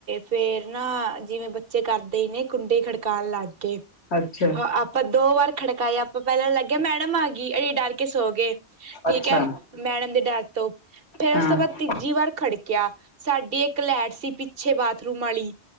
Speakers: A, on the right; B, on the left.
A: ਫਿਰ ਨਾ ਜਿਵੇਂ ਬੱਚੇ ਕਰਦੇ ਹੀ ਨੇ ਕੁੰਡੀ ਖੜਕਾਉਣ ਲੱਗ ਗਏ।
B: ਅੱਛਾ
A: ਆਪਾਂ ਦੋ ਵਾਰ ਖੜਕਾਇਆ ਆਪਾਂ ਪਹਿਲਾਂ ਲੱਗਿਆ ਮੈਡਮ ਆ ਗਈ ਇਹ ਡਰ ਕੇ ਸੋ ਗਏ ਠੀਕ
B: ਅੱਛਾ
A: ਹੈ, ਮੈਡਮ ਦੇ ਡਰ ਤੋਂ ਫੇਰ
B: ਹਾਂ
A: ਉਸ ਤੋਂ ਬਾਅਦ ਤੀਜੀ ਵਾਰ ਖੜਕਿਆ ਸਾਡੀ ਇੱਕ ਲੈਟ ਸੀ ਪਿੱਛੇ ਬਾਥਰੂਮ ਵਾਲੀ।